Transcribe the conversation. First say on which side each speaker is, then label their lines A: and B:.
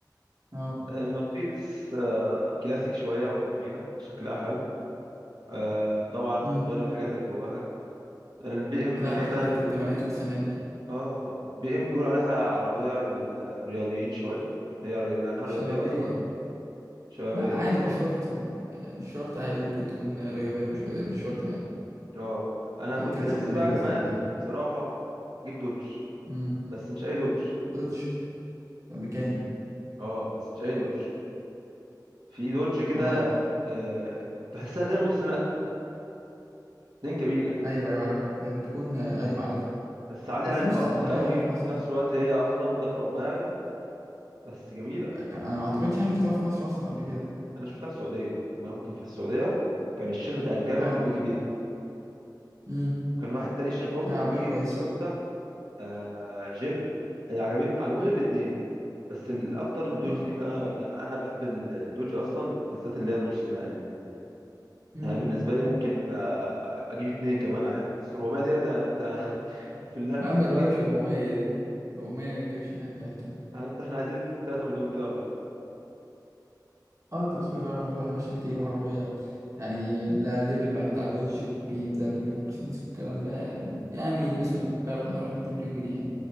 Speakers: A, on the right; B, on the right.
A: اه
B: المرسيدس آه، كلاسيك شوية وجميلة شكلها حلو آه، طبعا
A: امم
B: غير الحاجات اللي جواها البي ام
A: لا
B: مثلا
A: حاجات بتاعت
B: بي...
A: الثمانينات والتسعينات دي
B: اه بي ام بيقولوا عليها عربية للرياضيين شوية هي ري... لأنها
A: شبابية
B: رياضية أصلا شبابية
A: لا عادي
B: اه
A: مش شرط يعني مش شرط عادي ممكن تكون رياضية مش رياضية مش شرط يعني
B: اه أنا
A: في
B: كنت
A: كذا
B: نفسي
A: موديل
B: بقى كمان
A: مثلا او كده
B: بصراحة أجيب دوج
A: امم
B: بس مش أي دوج
A: دودج الامريكاني
B: اه بس مش أي دوج في دوج كده
A: اه
B: آه، تحسها زي نص نقل اتنين كابينة كده
A: ايوه ايوه عارفها اللي بتكون ايوه عارفها
B: بس عالية
A: بس
B: عن
A: دي
B: الأرض
A: مش تبقى عملية
B: قوي
A: هنا في
B: وفي
A: مصر
B: نفس
A: يعني
B: الوقت هي أصلا دفع رباعي بس جميلة
A: انا ما اعتقدش انا شفتها في مصر اصلا قبل كده
B: أنا شفتها في السعودية لما أنا كنت في السعودية كان الشيخ بتاع الجامع
A: اه
B: كان بيجي بيها
A: امم
B: وكان واحد تاني شيخ برضو
A: لا
B: كان
A: عربية
B: بيجي
A: كويسة
B: بتويوتا آه، جيب هي عجبتني عجبوني الاتنين بس الأكتر الدوج
A: اه
B: دي أنا لأن أنا بحب الدوج أصلا بالذات اللي هي النص نقل دي
A: امم
B: يعني بالنسبة لي ممكن آه، أجيب اتنين كمان عادي بس 400 ديت أنت <laughs> في اللي احنا
A: ما
B: فيه
A: ما
B: دلوقتي
A: تجيبش 400 دي 400 ما تجيبش حاجة على طول
B: انا انت احنا عايزين 2 3 مليون كده ولا حاجه
A: اه انت بسم الله الرحمن الرحيم عشان تجيب عربية يعني لا ليفل بقى بتاع دوج وبي ام دبليو ومرسيدس والكلام ده يعني بسم الله الرحمن الرحيم 2 مليون جنيه يعني